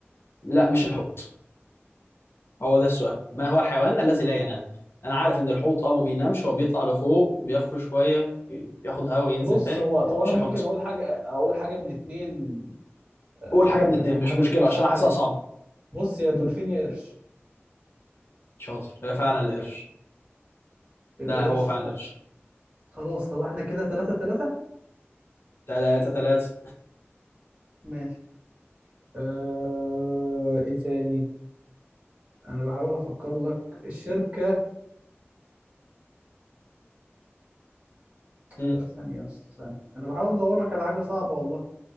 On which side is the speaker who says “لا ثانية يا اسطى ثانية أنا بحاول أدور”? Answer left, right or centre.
Right